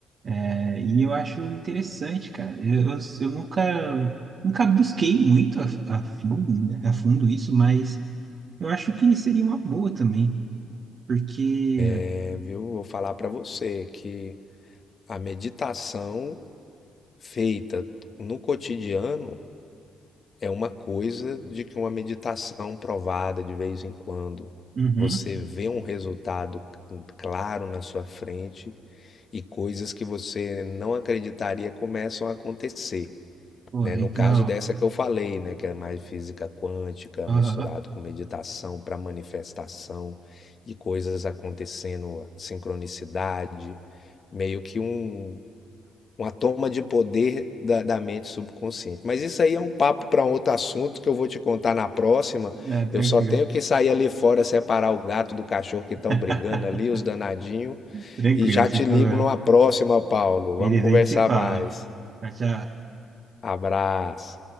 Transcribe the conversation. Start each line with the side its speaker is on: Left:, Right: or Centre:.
Right: É, E eu acho interessante, cara. Eu, eu, eu nunca, nunca busquei muito a, a, fim, né, a fundo isso, mas Eu acho que seria uma boa também, porque.
Left: é, viu? Vou falar pra você que a meditação feita no cotidiano é uma coisa de que uma meditação provada de vez em quando,
Right: Uhum.
Left: você vê um resultado claro na sua frente e coisas que você não acreditaria começam a acontecer,
Right: Pô,
Left: né?
Right: legal.
Left: No caso dessa que eu falei, né, que é mais física quântica
Right: Aham.
Left: misturado com meditação para manifestação e coisas acontecendo, sincronicidade, meio que um uma toma de poder da, da mente subconsciente. Mas isso aí é um papo para um outro assunto que eu vou te contar na próxima.
Right: Ah, tranquilo.
Left: Eu só tenho que sair ali fora, separar o gato do cachorro que estão brigando
Right: <laughs>
Left: ali, os danadinhos
Right: Tranquilo,
Left: e já
Right: sem
Left: te
Right: problema.
Left: ligo numa próxima, Paulo.
Right: Beleza,
Left: Vamos conversar
Right: a gente se fala.
Left: mais.
Right: Tchau, tchau.
Left: Abraço.